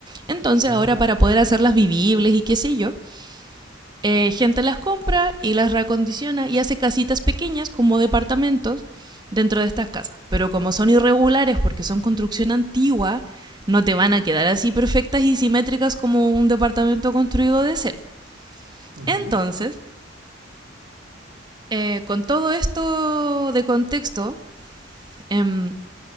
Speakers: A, on the right; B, on the right.
A: Entonces,
B: Ah,
A: ahora
B: ok.
A: para poder hacerlas vivibles y qué sé yo, eh, gente las compra y las reacondiciona y hace casitas pequeñas como departamentos dentro de estas casas. Pero como son irregulares porque son construcción antigua, no te van a quedar así perfectas y simétricas como un departamento construido de cero.
B: Ok.
A: Entonces, Eh, con todo esto de contexto, em,